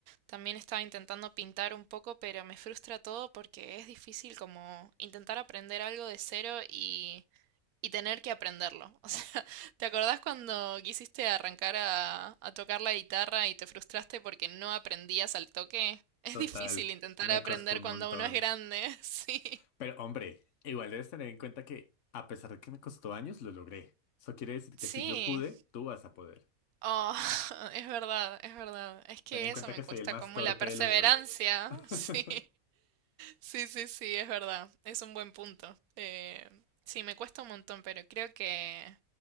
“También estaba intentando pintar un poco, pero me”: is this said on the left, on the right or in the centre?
Right